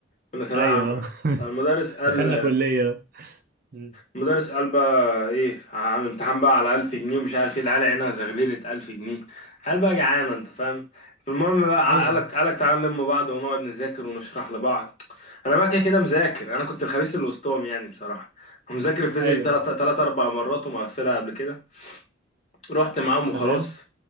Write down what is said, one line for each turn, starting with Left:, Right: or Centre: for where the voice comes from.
Left: كنا ثانويه
Right: ايوه
Left: عامه
Right: <laughs>
Left: المدرس قال
Right: دخلنا كلية م.
Left: مدرس قال بقى ايه عامل امتحان بقى على 1000 جنيه ومش عارف ايه العيال عينها زغللت 1000 جنيه قال بقى جعانه انت فاهم المهم بقى
Right: ايوه
Left: قالك قالك تعالى نلم بعض ونقعد نذاكر ونشرح لبعض انا بقى كده كده مذاكر انا كنت الخبيث اللي وسطهم يعني بصراحه مذاكر الفيزياء
Right: ايوه
Left: دي تلات تلات اربع مرات ومقفلها قبل كده رحت معاهم وخلاص
Right: تمام